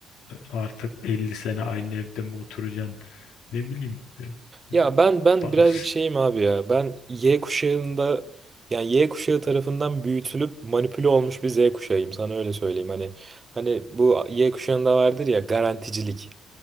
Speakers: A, on the left; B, on the right.
A: Artık 50 sene aynı evde mi oturacaksın? Ne bileyim. e,
B: Ya
A: e,
B: ben ben
A: bas-
B: birazcık şeyim abi ya. Ben Y kuşağında yani Y kuşağı tarafından büyütülüp manipüle olmuş bir Z kuşağıyım. Sana öyle söyleyeyim. Hani hani bu Y kuşağında vardır ya garanticilik.